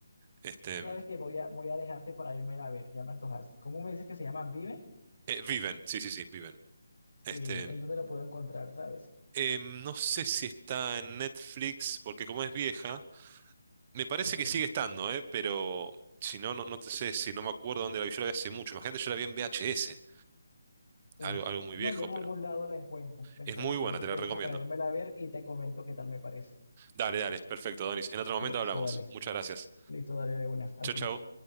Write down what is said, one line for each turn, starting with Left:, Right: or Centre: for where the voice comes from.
Right: Este,
Left: Sabes que voy a, voy a dejarte para irme a ver, ya me antojaste. ¿Cómo me dices que se llama Vive?
Right: eh, Viven, sí, sí, sí, Viven. Este,
Left: Sí, ¿en dónde la puedo encontrar, sabes?
Right: eh, no sé si está en Netflix, porque como es vieja, me parece
Left: Ok,
Right: que sigue estando, eh, pero si no, no, no te sé si no me acuerdo dónde la vi. Yo la vi hace mucho. Imagínate, yo la vi en VHS.
Left: uf.
Right: algo, algo muy
Left: No,
Right: viejo,
Left: yo en
Right: pero
Left: algún lado la encuentro, la encuentro.
Right: es muy buena,
Left: Así que
Right: te
Left: te
Right: la recomiendo.
Left: dejo para irme a ver y te comento qué tal me parece.
Right: Dale, dale, perfecto, Donis. En otro momento
Left: Listo,
Right: hablamos.
Left: dale.
Right: Muchas gracias.
Left: Listo, dale de una, a
Right: Chau,
Left: ti.
Right: chau.